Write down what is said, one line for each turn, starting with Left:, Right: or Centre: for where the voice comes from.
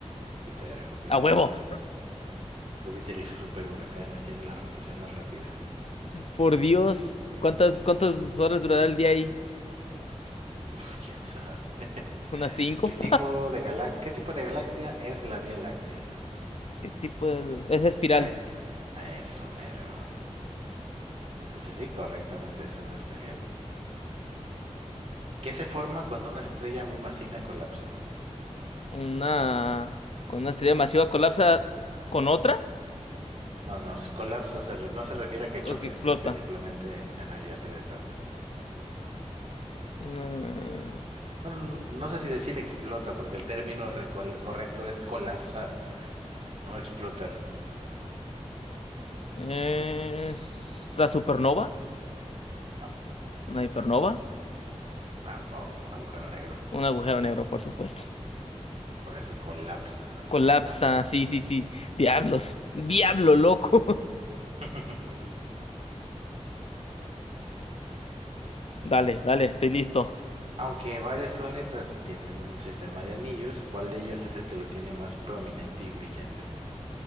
Right: Júpiter, Júpiter.
Left: ¡A huevo!
Right: Júpiter y sus superhuracanes tienen la rotación más rápida.
Left: Por Dios. ¿Cuántas, cuántas horas durará el día ahí?
Right: Uf, quién sabe. <laughs>
Left: ¿Unas cinco?
Right: ¿Qué tipo de galax- ¿Qué tipo de galaxia es la Vía Láctea?
Left: ¿Qué tipo de. Esa espiral.
Right: Ay, a eso mero. Sí, sí, sí, correctamente, es una espiral. ¿Qué se forma cuando una estrella muy masiva colapsa?
Left: Una. Con una estrella masiva colapsa con otra
Right: No, no, si colapsa se re- no se refiere a que choque,
Left: o que explota.
Right: sino que simplemente ajá, ya se deshace.
Left: Una-
Right: Bueno, no sé si decir explota, porque el término recol- correcto es colapsar, no explotar.
Left: Es la supernova.
Right: No,
Left: Una hipernova.
Right: tampoco, agujero negro.
Left: Un agujero negro, por supuesto.
Right: Por eso colapsa, o sea,
Left: Colapsa,
Right: se va hacia adentro.
Left: sí, sí, sí. Diablos. Diablo, loco.
Right: <laughs>
Left: <laughs> Dale, dale, estoy listo.
Right: Aunque varios planetas tienen un sistema de anillos, ¿cuál de ellos es el que lo tiene más prominente y brillante?